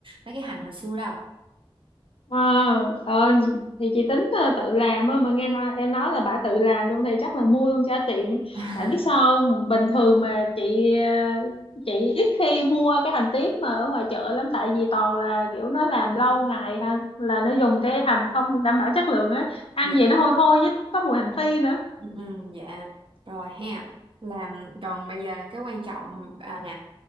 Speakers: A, on the right (about 65°); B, on the left (about 75°).
A: mấy cái hành hồi xưa đâu
B: ờ ờ, thì chị tính ờ, tự làm á, mà nghe nói em nói là bà tự làm luôn thì chắc là mua luôn cho tiện
A: <laughs>
B: tại biết sao không? bình thường mà chị ờ, chị ít khi mua cái hành tím mà ở ngoài chợ lắm tại vì toàn là kiểu nó làm lâu ngày ha là nó dùng cái hành không đảm bảo chất lượng á ăn
A: dạ
B: vậy nó hôi hôi với nó có mùi hành phi nữa
A: ừ, dạ rồi ha làm còn bây giờ là cái quan trọng à, nè